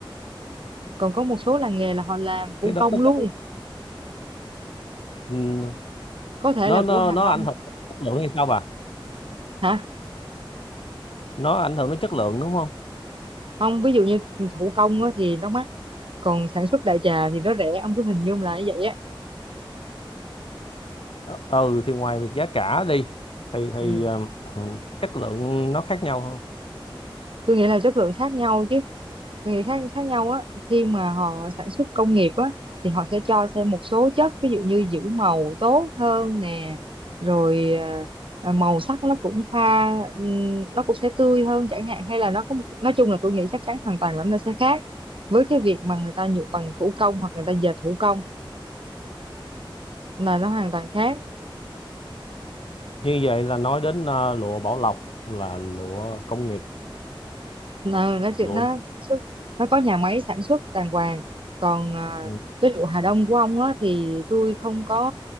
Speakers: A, on the right; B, on the left.
A: còn có một số làng nghề là họ làm thủ
B: cái đó
A: công
B: nó
A: luôn
B: có- ừ,
A: có thể
B: nó
A: là
B: nó
A: của Hà
B: nó
A: Đông
B: ảnh hưởng đến chất lượng hay sao bà
A: hả
B: nó ảnh hưởng đến chất lượng đúng không
A: không ví dụ như thủ công á thì nó mắc còn sản xuất đại trà thì nó rẻ ông cứ hình dung là như vậy á
B: ừ thì ngoài việc giá cả đi thì thì
A: ừ
B: ờ, <clears throat> chất lượng nó khác nhau
A: tôi nghĩ là chất lượng khác nhau chứ tôi nghĩ khác khác nhau á khi mà họ sản xuất công nghiệp á thì họ sẽ cho thêm một số chất ví dụ như giữ màu tốt hơn nè rồi à, à, màu sắc nó cũng pha ừm, nó cũng sẽ tươi hơn chẳng hạn hay là nó có một, nói chung là tôi nghĩ chắc chắn hoàn toàn là nó sẽ khác với cái việc mà người ta nhuộm bằng thủ công hoặc người ta dệt thủ công là nó hoàn toàn khác
B: như vậy là nói đến ờ, lụa Bảo Lộc là lụa công nghiệp
A: nó nó chỉ-
B: lụa
A: nó sản xuất nó có nhà máy sản xuất đàng hoàng còn à,
B: ừ.
A: cái lụa Hà Đông của ông á thì tôi không có